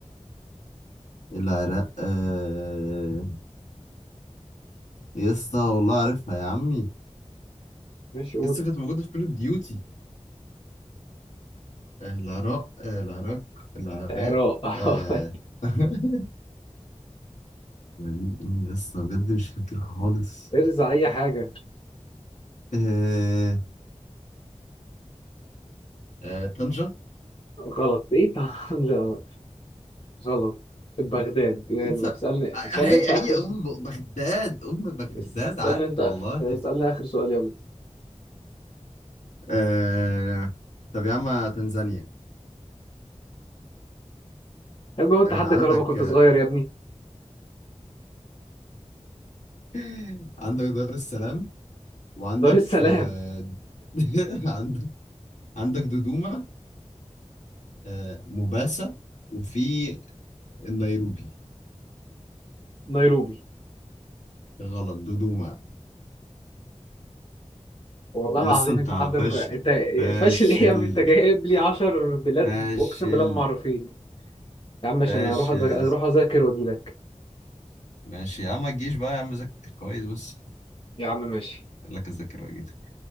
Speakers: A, on the left; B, on the left.
A: العراق آه، يا اسطى والله عارفها يا عمي
B: ماشي قول
A: لسه كانت موجودة في كل اوف ديوتي العراق آه، العراق العراق
B: العراق <laughs>
A: آه. <laughs> يعني إني لسه بجد مش فاكر خالص
B: ارزع اي حاجة
A: آه. آه. طنجة
B: غلط ايه طبعا <laughs> غلط بغداد يلا
A: لسه-
B: اسألني
A: هي
B: اسألني انت
A: هي
B: اخر
A: ام بغداد ام بغداد
B: س- اسألني
A: عارف
B: انت
A: والله
B: اسألني اخر سؤال يلا
A: آه... طب يا عم تنزانيا
B: يا ابني هو انت
A: آه...
B: حد
A: عندك
B: كهربا كنت
A: <laughs>
B: صغير يا ابني
A: آه، عندك دار السلام وعندك
B: دار السلام
A: آه... <laughs> عندك عندك دودوما آه... موباسا وفي النيروبي
B: <laughs> نيروبي
A: غلط دودوما
B: والله
A: لسه
B: العظيم
A: انت
B: انت حد مك...
A: فاشل
B: انت
A: فاشل
B: فاشل ايه يا عم انت جايب لي 10 بلاد
A: فاشل
B: اقسم بالله ما معروفين يا عم ماشي
A: فاشل
B: انا هروح أذاك... اروح
A: يا اسطى.
B: اذاكر واجي لك
A: ماشي يا عم ما تجيش بقى يا عم ذاكر كويس بس
B: يا عم ماشي
A: قال لك اذاكر واجي